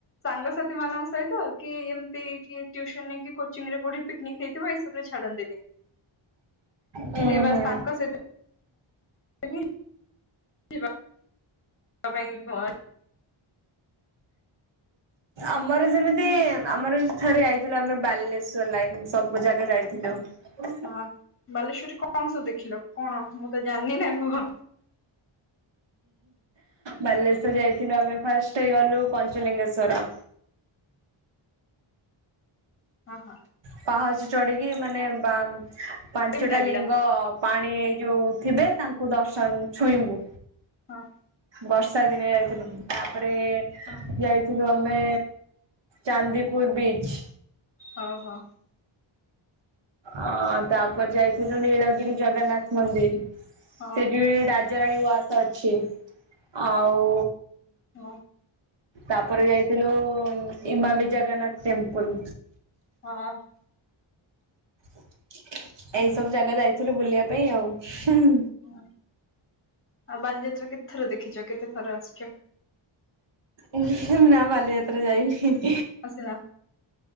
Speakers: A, on the left; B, on the right.
A: ସାଙ୍ଗସାଥିମାନଙ୍କ ସହିତ କି ଏମିତି କି ଟ୍ୟୁସନ କି କୋଚିଂ ରେ କୋଉଠି ପିକନିକ ହେଇଥିବ, ଏଇସବୁ ରେ ଛାଡନ୍ତିନି।
B: ହୁଁ
A: ସେ ବାସ୍
B: ହୁଁ।
A: ତାଙ୍କ ସହିତ <inaudible> ତ ପାଇଁ ଭଗବାନ
B: ଆମର ଯେମିତି ଆମର ଥରେ ଯାଇଥିଲୁ ଆମେ ବାଲେଶ୍ୱର ଲାଇନ ସବୁ ଜାଗା ଯାଇଥିଲୁ। ହଁ।
A: ହଁ ବାଲେଶ୍ଵରରେ କଣ ସବୁ ଦେଖିଲ? କଣ ମୁଁ ତ ଜାଣିନ ନା କୁହ।
B: ବାଲେଶ୍ଵର ଯାଇଥିଲୁ ଆମେ ଫାଷ୍ଟ ଗଲୁ ପଞ୍ଚଲିଙ୍ଗେଶ୍ଵର।
A: ହଁ ହଁ।
B: ପାହଚ ଚଢିକି ମାନେ ବା ପାଞ୍ଚଟା
A: କେମିତି ଲାଗିଲା
B: ଲିଙ୍ଗ ପାଣି ଏ ଯୋଉ ଥିବେ, ତାଙ୍କୁ ଦର୍ଶନ ଛୁଇଁବୁ।
A: ହଁ
B: ବର୍ଷା ଦିନେ ଯାଇଥିଲୁ ତାପରେ
A: ହଁ
B: ଯାଇ ଥିଲୁ ଆମେ ଚାନ୍ଦିପୁର ବିଚ୍।
A: ହଁ ହଁ।
B: ଅ ତାପରେ ଯାଇଥିଲୁ ନୀଳଗିରି ଜଗନ୍ନାଥ ମନ୍ଦିର୍।
A: ହଉ
B: ସେଠି ବି ରାଜ ରାଣୀ ଉଆସ ଅଛି ଆଉ
A: ହଉ
B: ତାପରେ ଯାଇଥିଲୁ ଇମାମି ଜଗନ୍ନାଥ୍ ଟେମ୍ପୁଲ୍।
A: ହଁ।
B: ଏଇ ସବୁ ଜାଗା ଯାଇଥିଲୁ ବୁଲିବା ପାଇଁ ଆଉ। ହୁଁ -ହୁଁ।
A: ହୁଁ- ଆଉ ବାଲିଯାତ୍ରା କେତେ ଥର ଦେଖିଚ କେତେ ଥର ଆସିଚ?
B: ଇ- ହିଁ -ନା ବାଲିଯାତ୍ରା ଯାଇନି।
A: ଆସିନା